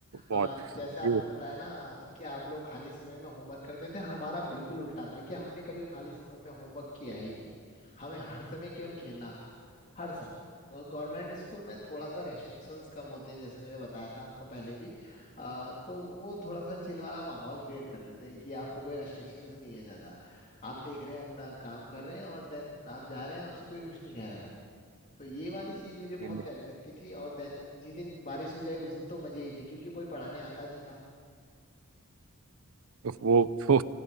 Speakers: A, on the left; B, on the right.
A: आ,
B: बहुत
A: जैसे आपने
B: ये-
A: बताया ना कि आप लोग खाली समय में होमवर्क करते थे हमारा बिल्कुल उल्टा था कि हमने कभी खाली समय में होमवर्क किया ही नहीं हमें हर समय केवल खेलना था हर समय और गवर्नमेंट स्कूल में थोड़ा सा रेस्ट्रिक्शंस कम होते हैं जैसे मैंने बताया था आपको पहले भी आ, तो वो थोड़ा सा चिल वाला माहौल क्रिएट कर देते हैं कि आप पे कोई रेस्ट्रिक्शंस नहीं है ज्यादा आप देख रहे हैं अपना काम कर रहे हैं और देन आप जा रहे हैं आपसे कोई कुछ नहीं कह रहा है तो ये वाली चीज मुझे बहुत
B: <laughs>
A: प्यारी लगती थी और देन जिस दिन बारिश हो जाए उस दिन तो मजे ही थे क्योंकि कोई पढ़ाने आता नहीं था
B: वो वो